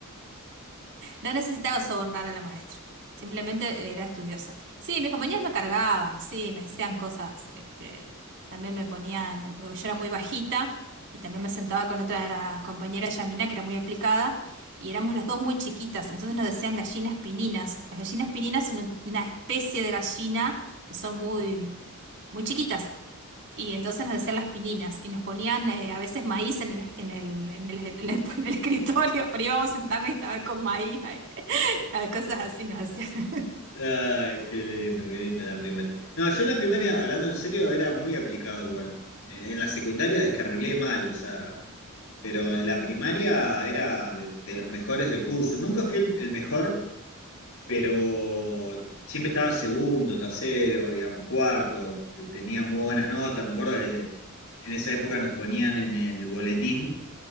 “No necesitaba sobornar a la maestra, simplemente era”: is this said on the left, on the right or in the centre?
Right